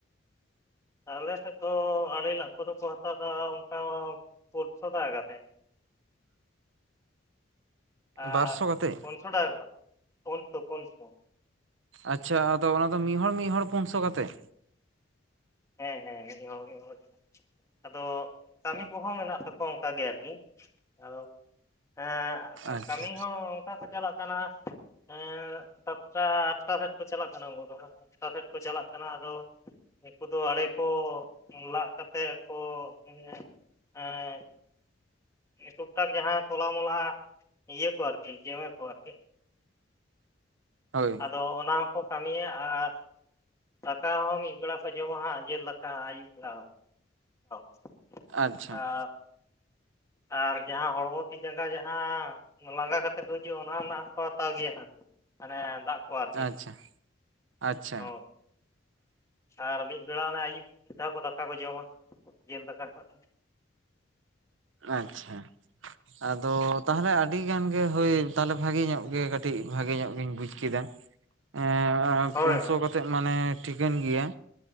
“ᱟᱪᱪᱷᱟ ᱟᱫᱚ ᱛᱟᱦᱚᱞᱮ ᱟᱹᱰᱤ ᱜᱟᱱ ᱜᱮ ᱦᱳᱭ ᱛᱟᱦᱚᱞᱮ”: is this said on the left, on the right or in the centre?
Right